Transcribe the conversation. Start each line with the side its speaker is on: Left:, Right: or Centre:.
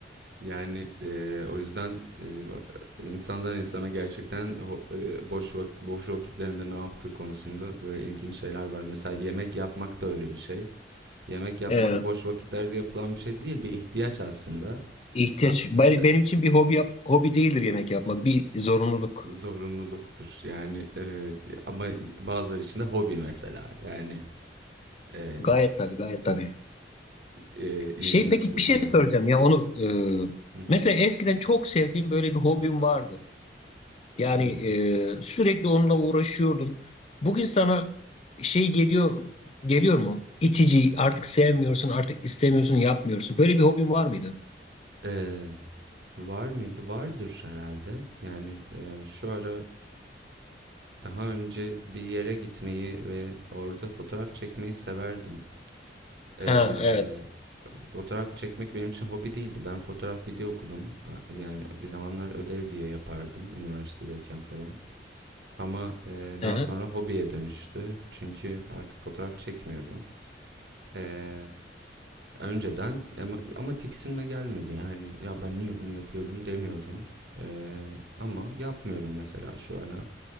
Right: Yani e, o yüzden e, insandan insana gerçekten ho- e, boş vak- boş vakitlerinde ne yaptığı konusunda böyle ilginç şeyler var. Mesela yemek yapmak da öyle bir şey. Yemek yapmak
Left: <laughs>
Right: boş
Left: Evet.
Right: vakitlerde yapılan bir şey değil, bir ihtiyaç aslında.
Left: İhtiyaç.
Right: A-
Left: Benim
Right: e,
Left: için bir hobi yap- hobi değildir yemek yapmak. Bir zorunluluk.
Right: zorunluluktur. Yani e, ama bazıları için de hobi mesela. Yani Ee,
Left: Gayet tabii, gayet tabii.
Right: e, ilginç
Left: Şey peki
Right: bu
Left: bir şey
Right: konuda.
Left: soracağım ya Onur. Ee,
Right: Hı hı.
Left: mesela eskiden çok sevdiğim böyle bir hobim vardı. Yani
Right: Hı.
Left: e, sürekli onunla uğraşıyordun. Bugün sana şey geliyor geliyor mu? İtici, artık sevmiyorsun, artık istemiyorsun, yapmıyorsun. Böyle bir hobin var mıydı?
Right: Ee, var mıydı? Vardır herhalde. Yani e, şu ara daha önce bir yere gitmeyi ve orada fotoğraf çekmeyi severdim. Ee,
Left: Ha, evet.
Right: fotoğraf çekmek benim için hobi değildi. Ben fotoğraf video okudum. A- Yani bir zamanlar ödev diye yapardım üniversitedeyken falan. Ama e,
Left: Hı
Right: daha
Left: hı.
Right: sonra hobiye dönüştü. Çünkü artık fotoğraf çekmiyorum. Ee, Önceden ama, ama tiksinme gelmedi yani ya ben niye bunu yapıyorum demiyorum Ee, ama yapmıyorum mesela şu ara